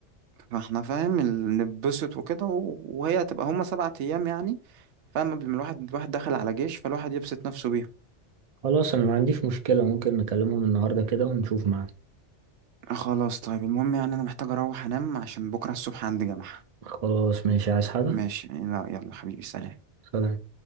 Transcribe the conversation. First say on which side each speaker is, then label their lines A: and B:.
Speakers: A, on the right; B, on the right.
A: فاحنا فاهم ال- نتبسط وكده و- وهي هتبقى هما سبعة أيام يعني فاهم قبل ما الواحد الواحد داخل على جيش فالواحد يبسط نفسه بيها
B: خلاص انا ما عنديش مشكلة ممكن نكلمهم النهاردة كده ونشوف معاه
A: آه خلاص طيب المهم يعني أنا محتاج أروح أنام عشان بكرة الصبح عندي جامعة
B: خلاص ماشي عايز حاجة
A: ماشي لا يلا حبيبي سلام
B: سلام